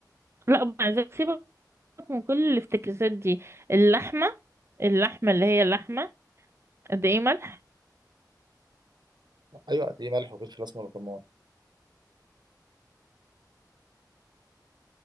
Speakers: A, on the right; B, on the right.
A: لا مع ذلك سيبك من كل الافتكاسات دي اللحمة اللحمة اللي هي اللحمة قد ايه ملح
B: ايوه قد ايه ملح وفلفل اسمر وكمون